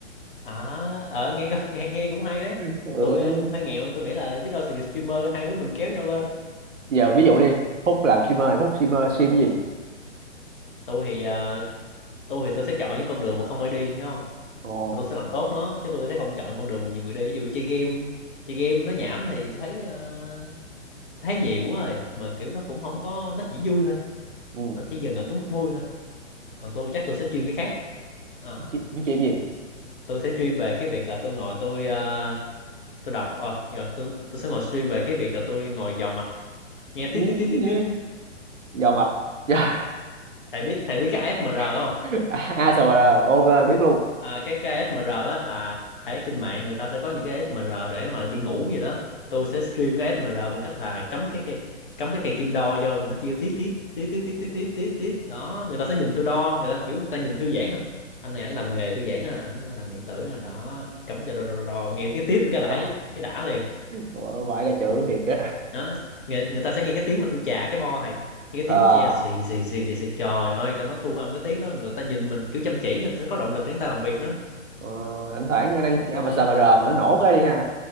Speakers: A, on the left; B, on the right.
A: à, ờ nghe có- nghe nghe cũng hay đấy
B: <laughs> ừ.
A: tôi ờ, cũng hơi nghèo tôi nghĩ là biết đâu sự nghiệp streamer hai đứa mình kéo nhau lên
B: giờ ví dụ đi Phúc làm streamer thì Phúc streamer stream cái gì
A: tôi thì ờ, tôi thì tôi sẽ chọn những con đường mà không ai đi hiểu không
B: ồ
A: tôi sẽ làm tốt nó chứ tôi sẽ không chọn con đường mà nhiều người đi ví dụ chơi game chơi game nó nhảm thì tôi thấy ờ, thấy nhiều quá rồi mà kiểu nó cũng không có nó chỉ vui thôi
B: ừ.
A: nó chỉ dừng ở cái mức vui thôi còn tôi chắc tôi sẽ chuyên cái khác Ờ,
B: stream stream gì
A: tôi sẽ stream về cái việc là tôi ngồi tôi ờ, tôi đọc ờ, rồi tôi tôi sẽ ngồi stream về cái việc là tôi ngồi vào mạch nghe tít
B: <laughs>
A: tít tít tít tít
B: dò mạch dạ
A: thầy biết thầy biết cái ASMR không
B: ASMR <laughs> ok biết luôn
A: À, cái cái ASMR á là thấy trên mạng người ta sẽ có những cái ASMR để mà đi ngủ vậy đó. Tôi sẽ stream cái ASMR bằng cách là cắm cái cây cắm cái cây kim đo vô nó kêu tít tít tít tít tít tít tít tít tít đó người ta sẽ nhìn tôi đo người ta kiểu người ta nhìn thư giãn à anh này anh làm nghề thư giãn à anh làm điện tử là đó cắm vào đo, đo, đo, đo. nghe cái tít cái
B: Ờ,
A: là thấy thấy đã liền
B: ờ, vãi cả chữ thiệt á
A: đó người, người ta sẽ nghe cái tiếng mà tôi chà cái bo này nghe tiếng
B: à,
A: tre xì xì xì xì xì trời ơi tao nói thu âm cái tiếng đó người ta nhìn mình kiểu chăm chỉ người ta sẽ có động lực để người ta làm việc nữa
B: ờ, thỉnh thoảng nó đang
A: đúng
B: ASMR
A: chưa
B: mà nó nổ cái đi ha